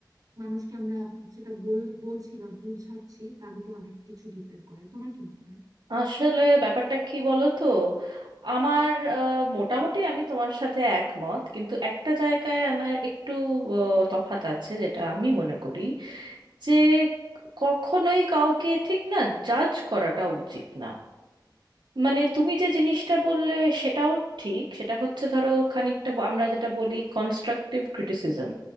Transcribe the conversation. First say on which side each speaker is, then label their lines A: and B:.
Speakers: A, on the right; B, on the right.
A: মানুষকে আমরা সেটা বল বলছি বা বুঝাচ্ছি তার উপর অনেক কিছু ডিপেন্ড করে তোমার কি মনে হয়
B: আসলে ব্যাপারটা কি বলো তো আমার আহ, মোটামুটি আমি তোমার সাথে একমত কিন্তু একটা জায়গায় আমার একটু আহ, তফাৎ আছে যেটা আমি মনে করি যে কখনোই কাউকে ঠিক না জাজ করাটা উচিত না মানে তুমি যে জিনিসটা বললে সেটাও ঠিক সেটা হচ্ছে ধরো খানিকটা ব- আমরা যেটা বলি কনস্ট্রাকটিভ ক্রিটিসিজম